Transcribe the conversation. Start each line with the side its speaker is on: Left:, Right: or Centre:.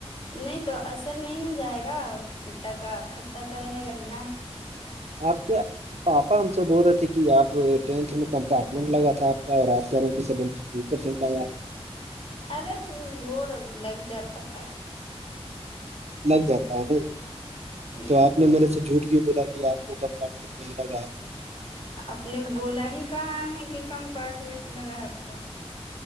Left: نہیں تو اثر نہیں نہ جائے گا کھٹٹا کا کھٹا تو رہے گا ہی نا
Right: اور کیا پاپا ہم سے بول رہے تھے کہ آپ ٹینتھ میں کمپارٹمنٹ لگا تھا آپ کا اور آپ کر سی بھی پرسنٹ ایا
Left: ارے تو وہ لگ جاتا ہے
Right: لگ جاتا ہے
Left: ہ
Right: تو آپ نے میرے سے جھوٹ کی بولا کہ آپ کو رہا ہے
Left: آپ نے
Right: <unintelligible>
Left: بولا ہی کہاں ہے کہ کم پارٹمنٹ لگا ہے آپ کا